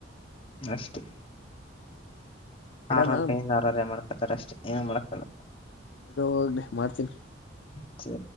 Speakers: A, on the left (about 30°); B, on the left (about 70°).
A: ಅಷ್ಟೇ
B: ಇಡಾನ
A: ಆರವಾರ ಕೈಯಿಂದ ಆರವರೆ ಮಾಡ್ತ ಹತರ ಅಷ್ಟೇ ಏನ ಮಾಡಕ್ಕಲ್ಲ
B: ಬಿಡು ಹೋಗನೆ ಮಾಡ್ತೀನಿ
A: ಸೆ